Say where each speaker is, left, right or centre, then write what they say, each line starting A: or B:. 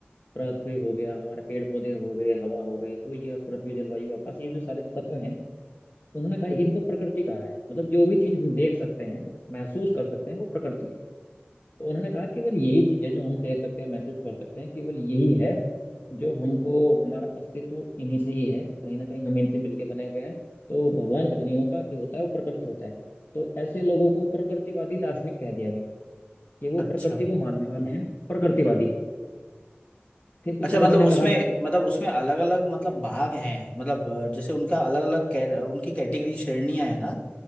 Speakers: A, on the left; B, on the left.
A: पृथ्वी हो गया हमारे पेड़ पौधे हो गए हवा हो गई तो ये पृथ्वी जलवायु आकाश ये जो सारे तत्व हैं उन्होंने कहा इनको प्रकृति कहा है मतलब जो भी चीज हम देख सकते हैं महसूस कर सकते हैं वो प्रकृति है तो उन्होंने कहा केवल यही चीज है जो हम देख सकते हैं महसूस कर सकते हैं केवल यही है जो हमको हमारा अस्तित्व इन्हीं से ही है कहीं ना कहीं हम इनसे मिलके बने हुए हैं तो भगवान कुछ नहीं होता जो होता है वो प्रकृति होता है तो ऐसे लोगों को प्रकृतिवादी दार्शनिक कह दिया गया कि वो
B: अच्छा
A: प्रकृति को मानने वाले हैं प्रकृतिवादी फिर कुछ
B: अच्छा
A: लोगों
B: मतलब
A: ने
B: उसमें
A: कहा
B: मतलब उसमें अलग अलग मतलब भाग हैं मतलब अ, जैसे उनका अलग अलग उनकी कैटेगरी श्रेणियां है ना